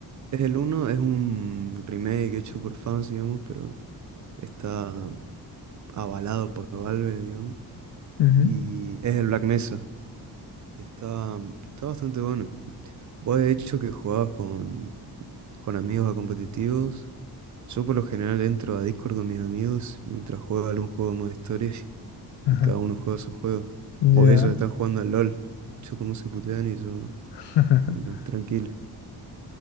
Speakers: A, on the right (about 45°); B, on the left (about 80°).
A: Es el uno es un remake hecho por fans, digamos, pero está avalado por Valve, digamos.
B: Ujú,
A: Y es el Black Mesa. Y está, está bastante bueno. Vos de hecho que jugabas con, con amigos a competitivos. Yo por lo general entro a Discord con mis amigos mientras juego algún juego de modo historia <laughs>
B: Ajá.
A: y cada uno juega su juego.
B: Ya.
A: O ellos están jugando al LOL. Escucho cómo se putean y yo,
B: <laughs>
A: bueno, tranquilo.